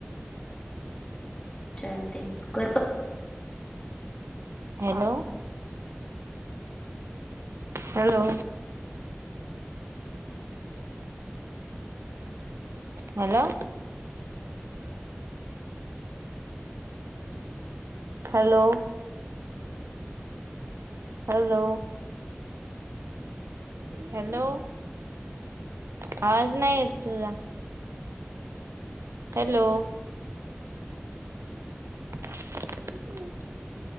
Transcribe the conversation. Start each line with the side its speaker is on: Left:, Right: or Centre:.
Left: चालते कर पर
Right: hello hello hello hello hello hello आवाज नाही येत तुझा हॅलो <inaudible>